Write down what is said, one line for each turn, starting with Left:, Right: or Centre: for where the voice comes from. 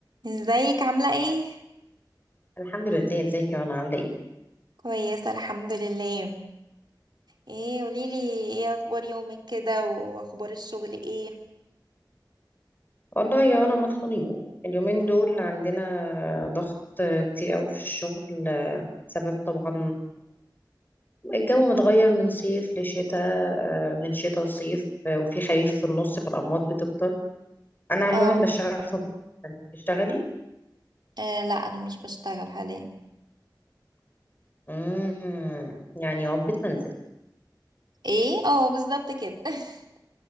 Right: ازيك عاملة ايه؟
Left: الحمد لله ازيك يا انا عامله ايه
Right: كويسة الحمد لله ايه قوليلي ايه اخبار يومك كده واخبار الشغل ايه؟
Left: والله يا انا مطحونين اليومين دول عندنا ضغط كتير قوي في الشغل سبب طبعا الجو متغير من صيف لشتاء آه، من شتاء لصيف آه، وفي خريف في النص فالأمراض بتكتر أنا عموما
Right: اه
Left: بشتغل في انت بتشتغلي
Right: آه، لا انا مش بشتغل حاليا
Left: امم يعني عقبة منزل
Right: ايه؟ اه بالظبط كده <laughs>